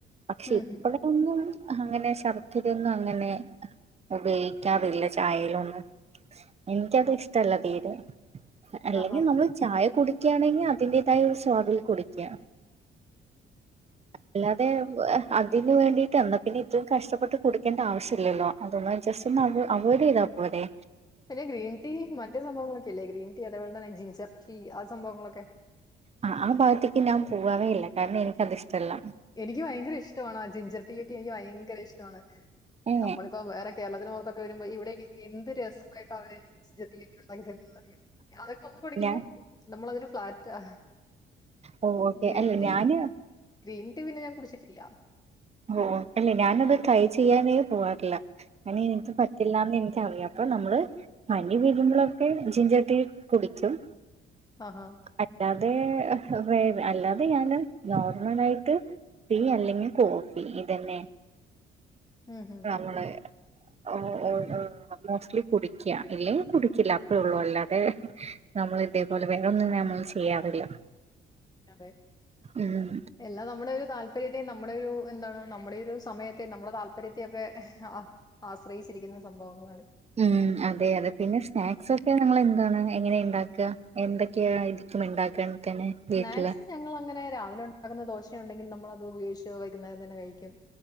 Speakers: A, on the right; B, on the left.
A: പക്ഷെ
B: ഉം
A: ഇപ്പളൊന്നും
B: ഹും
A: അങ്ങനെ ശർക്കരൊന്നും അങ്ങനെ ഉപയോഗിക്കാറില്ല ചായയിലൊന്നും ഇൻക്കത് ഇഷ്ടല്ല തീരെ അല്ലെങ്കി
B: ആഹാ
A: നമ്മള് ചായ കുടിക്ക്യാണെങ്കി അതിന്റേതായ ഒരു സ്വാദിൽ കുടിക്ക്യാ. അല്ലാതെ <unintelligible> അതിന് വേണ്ടിട്ട് എന്നാ പിന്നെ ഇത്രയും കഷ്ടപ്പെട്ട് കുടിക്കേണ്ട ആവശ്യലല്ലോ അതൊന്ന് ജസ്റ്റ് നവോ അവോയ്ഡെയ്ത പൊരെ
B: പിന്നെ ഗ്രീൻ റ്റീ മറ്റേ സംഭവങ്ങളൊക്കെല്ലേ ഗ്രീൻ റ്റീ അതെപോലെ തന്നെ ജിഞ്ചർ റ്റീ ആ സംഭവങ്ങളൊക്കെ
A: ആഹ് ആ ഭാഗത്തേക്ക് ഞാൻ പോവാറേ ഇല്ല കാരണം ഇൻക്കതിഷ്ടല്ല.
B: എനിക്ക് ഭയങ്കര ഇഷ്ടമാണ് ആ ജിഞ്ചർ റ്റീയൊക്കെ എനിക്ക് ഭയങ്കര ഇഷ്ടമാണ്
A: ഏ
B: നമ്മള് പ്പൊ വേറെ കേരളത്തിന് പൊറത്തൊക്കെ വെരുമ്പോ ഇവിടെ നി എന്ത് രസമായിട്ട അവര് ജിഞ്ചർ റ്റീ ഉണ്ടാക്കി തരുന്നത് അറിയൊ അതൊക്കൊന്ന് കുടിക്കുമ്പോ
A: ഞാൻ
B: നമ്മളതില് ഫ്ലാറ്റാ
A: ഓ ഓക്കെ
B: ഗ്രീൻ
A: അല്ല
B: റ്റീ
A: ഞാന്
B: ഗ്രീൻ റ്റീ പിന്നെ ഞാൻ കുടിച്ചിട്ടില്ല.
A: ഓഹ് അല്ലെ ഞാനത് ട്രൈ ചെയ്യാനേ പോവാറില്ല കാരണം ഇൻക്ക് പറ്റില്ലാന്നെനിക്കറിയാം. ഇപ്പൊ നമ്മള് പനി വീരുമ്പളൊക്കെ ജിഞ്ചർ റ്റീ കുടിക്കും
B: അഹാ
A: അല്ലാതെ വേ അല്ലാതെ ഞാന് നോർമലായിട്ട് റ്റീ അല്ലെങ്കിൽ കോഫി ഇതെന്നെ
B: ഉം ഉം
A: നമ്മള് ഏഹ് ഏഹ് ഏഹ് മോസ്റ്റ്ലി കുടിക്ക്യാ ഇല്ലെങ്കി കുടി കില്ല അത്രൊള്ളൂ അല്ലാതെ നമ്മള് ഇതേപോലെ വേറൊന്നും നമ്മൾ ചെയ്യാറില്ല.
B: അതെ
A: ഉം
B: എല്ലാം നമ്മുടെ ഒരു താല് പര്യത്തെയും നമ്മളൊരു എന്താണ് നമ്മടെ ഒരു സമയത്തെയും നമ്മടെ താല്പര്യത്തെയും ഒക്കെ ആ ആശ്രയിച്ചിരിക്കുന്ന സംഭവങ്ങളാണ്.
A: ഉം അതെ യതെ പിന്നെ സ്നാക്സൊക്കെ ഞങ്ങള് എന്താണ് എങ്ങനെണ്ടാക്ക എന്തൊക്ക്യ ഇത് ത്തുമ്ണ്ടാക്കാൻ തന്നെ വീട്ടില്
B: സ്നാക്സ് ഞങ്ങളങ്ങനെ രാവിലെ ഉണ്ടാകുന്ന ദോശ ഉണ്ടെങ്കിൽ നമ്മളത് ഉപയോഗിച്ച് വൈക്കുന്നേരം തന്നെ കഴിക്കും.